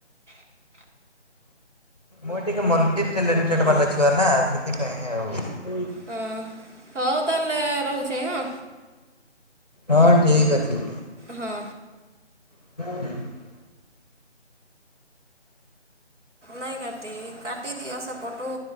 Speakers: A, on the left; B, on the right.
A: ମୁଁ ଟିକେ ମଲ୍ଟି ଟ୍ୟାଲେଣ୍ଟେଡ଼ ବାଲା ଛୁଆ ନା ସେଥିପାଇଁ ଆଉ।
B: ହଁ ହଉ ତାହେଲେ ରହୁଛି ହଁ।
A: ହଁ ଠିକ ଅଛି।
B: ହଁ।
A: <unintelligible>
B: ନାଇଁ କାଟି କାଟି ଦିଅ ସେ ପଟୁ।